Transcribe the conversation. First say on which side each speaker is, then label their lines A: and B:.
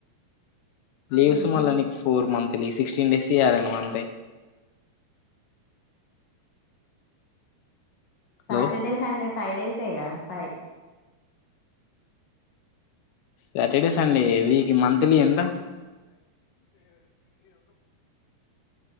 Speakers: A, on the left; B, on the left.
A: Leaves
B: ఉహు
A: మళ్ళా నీకు ఫోర్ మంత్. సిక్స్టీన్ డేస్ యి రాయాలి నువ్ అంతే. హలో
B: సాటర్డే, సండే ఫైడేస్ ఆ గా ఫై
A: సటర్డే సండే వీక్ మంత్ మీ ఎంత